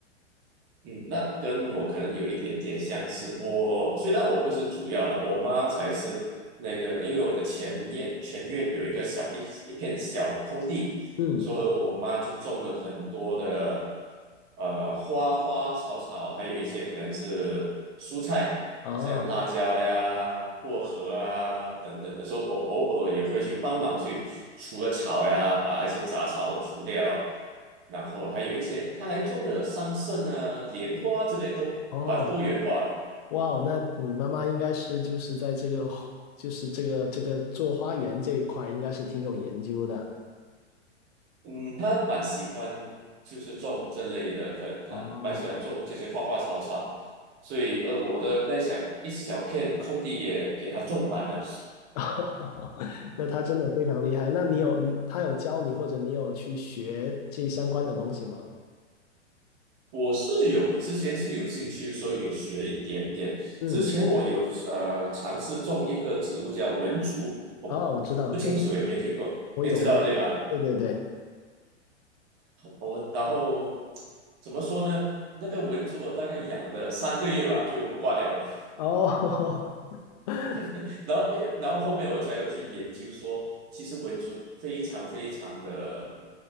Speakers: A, on the right; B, on the left.
A: 嗯，那跟我可能有一点点相似。我虽然我不是主要了，我妈才是那个，因为我的前院前院有一个小一一片小空地，
B: 嗯
A: 所以我妈就种了很多的呃花花草草，还有一些可能是蔬菜，
B: 哦
A: 像辣椒呀、薄荷啊等等的。所以我偶尔也会去帮忙去除了草呀，把一些杂草除掉。然后还有一些，他还种了桑葚啊、莲花之类，都蛮多元化的。
B: 哦哇哦，那你妈妈应该是就是在这个就是这个这个做花园这一块儿应该是挺有研究的。
A: 嗯，他蛮喜欢就是种这类的，可他蛮喜欢种这些花花草草，
B: 哦，
A: 所以呃，我的那小一小片空地也给他种满了。
B: <laughs> 那他真的非常厉害。那你有你他有教你，或者你有去学这相关的东西吗？
A: 我是有之前是有兴趣，所以有学一点点。
B: 嗯，
A: 之前我有呃尝试种一个植物叫文竹，我不不清楚有没有听过，
B: 哦，我知道，对，我有，
A: 你知道对吧？
B: 我有，对对对，
A: 我然后怎么说呢？那个蚊子我大概养了三个月吧，就挂掉了。
B: 哦，<laughs>
A: <laughs> 然后，因为然后后面我才有去研究说，其实蚊子非常非常的，